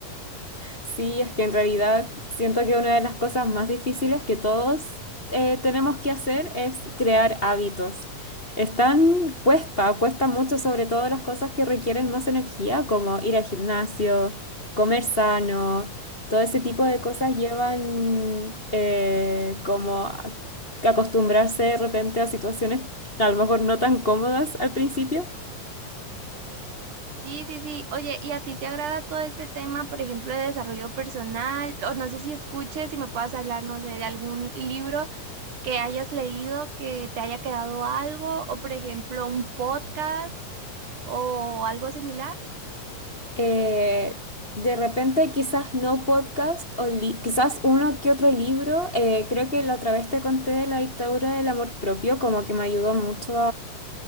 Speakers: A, on the left (about 20°); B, on the right (about 60°).
A: Sí, es que en realidad siento que una de las cosas más difíciles que todos eh, tenemos que hacer es crear hábitos. Están, cuesta, cuesta mucho, sobre todo las cosas que requieren más energía, como ir al gimnasio, comer sano, todo ese tipo de cosas llevan eh, como a- acostumbrarse de repente a situaciones a lo mejor no tan cómodas al principio.
B: Sí, sí, sí. Oye, ¿y a ti te agrada todo este tema, por ejemplo, de desarrollo personal? O no sé si escuches, si me puedas hablar, no sé, de algún libro que hayas leído, que te haya quedado algo, o por ejemplo, un podcast. o algo similar,
A: eh, de repente quizás no podcast o li- quizás uno que otro libro. Eh, creo que la otra vez te conté de la dictadura del amor propio, como que me ayudó mucho